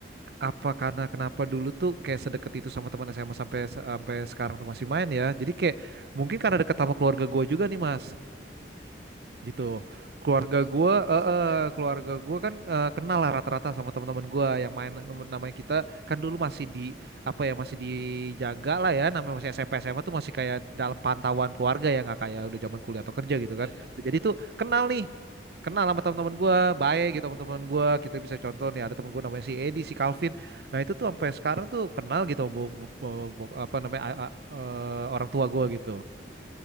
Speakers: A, on the right; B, on the right.
A: apa karena kenapa dulu tuh kayak sedekat itu sama teman SMA sampai sampai sekarang tuh masih main ya. Jadi kayak mungkin karena deket sama keluarga gue juga nih Mas gitu keluarga
B: bisa
A: gua
B: jadi mas
A: eh,
B: soalnya
A: eh, keluarga gua kan
B: ya
A: eh, kenal lah rata-rata sama teman-teman gua yang main namanya kita kan dulu masih di apa ya masih dijaga lah ya namanya masih SMP SMA tuh masih kayak dalam pantauan keluarga ya nggak kayak udah zaman kuliah atau kerja gitu
B: iya
A: kan jadi tuh kenal nih kenal sama teman-teman gua baik gitu teman-teman gua kita bisa contoh nih ada teman gua namanya si Edi si Calvin nah itu tuh sampai sekarang tuh kenal gitu bo- bo- bo- bo- apa namanya a- a- eh, orang tua gua gitu